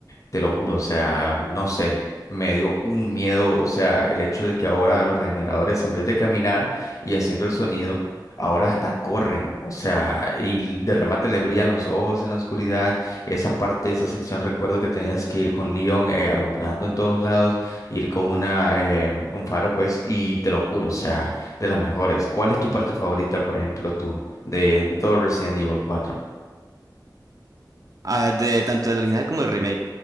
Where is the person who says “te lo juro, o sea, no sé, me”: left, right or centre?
Left